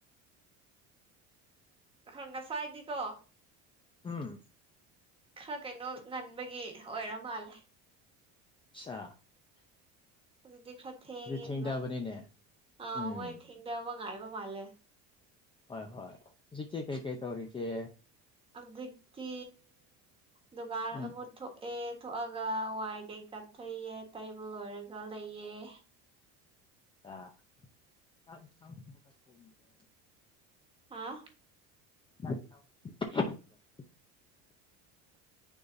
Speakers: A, on the right; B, on the left.
A: ꯑꯍ ꯉꯁꯥꯏꯗꯤꯀꯣ
B: ꯎꯝ꯫
A: ꯈꯔ ꯀꯩꯅꯣ ꯉꯟꯕꯒꯤ ꯑꯣꯏꯔ ꯃꯥꯜꯂꯦ꯫
B: ꯑꯆꯥ꯫
A: ꯑꯗꯨꯗꯤ ꯈꯔ ꯊꯦꯡꯉꯦꯗꯅ
B: ꯊꯦꯡꯗꯕꯅꯤꯅꯦ
A: ꯑꯥ
B: ꯎꯝ
A: ꯃꯣꯏ ꯊꯦꯡꯗꯕ ꯉꯥꯏꯕ ꯃꯥꯜꯂꯦ꯫
B: ꯍꯣꯏ-ꯍꯣꯏ ꯍꯧꯖꯤꯛꯀꯤ ꯀꯩꯀꯩ ꯇꯧꯔꯤꯒꯦ꯫
A: ꯑꯧꯖꯤꯛꯇꯤ ꯗꯨꯒꯥꯔ
B: ꯎꯝ
A: ꯑꯃ ꯊꯣꯛꯑꯦ꯫ ꯊꯣꯛꯑꯒ ꯋꯥꯏ ꯀꯩꯀꯥ ꯇꯩꯌꯦ ꯇꯩꯕ ꯂꯣꯏꯔꯒ ꯂꯩꯑꯦ꯫
B: <unintelligible> <inaudible>
A: ꯍꯥꯥ꯫
B: <unintelligible> <inaudible>